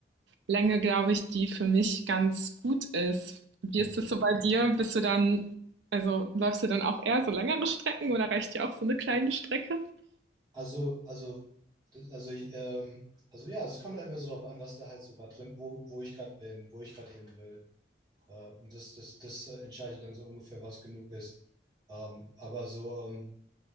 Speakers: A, on the right; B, on the right.
A: Länge, glaube ich, die für mich ganz gut ist. Wie
B: Mhm.
A: ist es so bei dir? Bist du dann, also läufst du dann auch eher so längere Strecken oder reicht dir auch so eine kleine Strecke?
B: Also, also, das- also, ich, ähm, also ja, also es kommt halt immer so drauf an, was da halt so gerade drin, wo, wo ich gerade bin, wo ich gerade hin will. Äh, und das, das, das äh, entscheidet dann so ungefähr, was genug ist. Ähm, aber so, ähm,